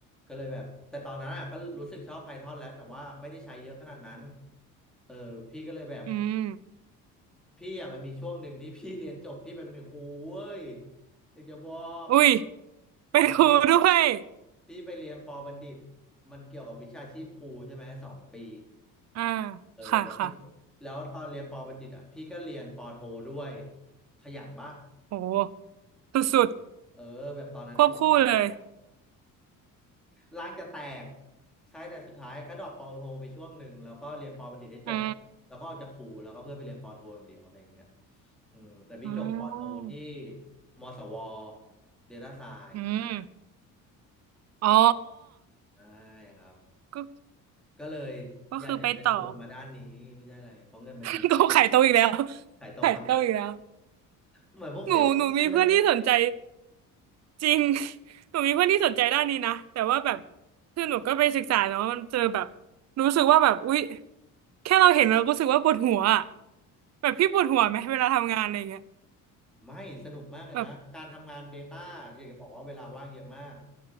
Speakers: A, in the centre; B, on the right.
A: ก็เลยแบบแต่ตอนนั้นอ่ะก็รู้สึกชอบ Python แล้วแต่ว่าไม่ได้ใช้เยอะขนาดนั้นเออพี่ก็เลยแบบ
B: อืม
A: พี่อ่ะมันมีช่วงหนึ่งที่ <laughs> พี่เรียนจบพี่ไปเป็นครูเว้ยอยากจะบอก
B: อุ้ยเป็นครูด้วย
A: เออ พี่ไปเรียนปอบัณฑิตมันเกี่ยวกับวิชาชีพครูใช่ไหมสองปี
B: อ่า
A: เออแล้วพี่
B: ค่ะค่ะ
A: แล้วตอนเรียนปอบัณฑิตอ่ะพี่ก็เรียนปอโทด้วยขยันปะ
B: โอ้สุด
A: เออแบบตอนนั้นคือจะตาย
B: ๆควบคู่เลย
A: ร่างจะแตกใช่แต่สุดท้ายก็ดรอปปอโทไปช่วงหนึ่งแล้วก็เรียนปอบัณฑิตให้จบแล้วก็ออกจากครูแล้วก็เพื่อไปเรียนปอโทอย่างเดียวอะไรอย่างเงี้ย
B: อ่า
A: อืมแต่พี่จบปอโทที่
B: อ๋อ
A: มศวเดลต้าไซน์
B: อืมอ๋อ
A: ใช่ครับ
B: ก็
A: ก็เลย
B: ก็คือไปต่อ
A: อยากจะเชิญชวนมาด้านนี้ไม่ใช่อะไรเพราะเงินมันดี
B: <laughs> ก็ขายตรงอีกแล้ว
A: ขายตรงปะ
B: ขายตรงอีกแล้ว
A: เหมือนพวกเซลล์เลย
B: หนูหนูมีเพื่อนที่สนใจจริง <laughs> หนูมีเพื่อนที่สนใจด้านนี้นะแต่ว่าแบบ
A: เออ
B: คือหนูก็ไปศึกษาเนาะมันเจอแบบรู้สึกว่าแบบอุ๊ยแค่เราเห็นเราก็รู้สึกว่าปวดหัวอะแบบพี่ปวดหัวไหมเวลาทำงานอะไรเงี้ย
A: ไม่สนุกมากเลยนะการทำงาน
B: แบบ
A: Data อยากจะบอกว่าเวลาว่างเยอะมาก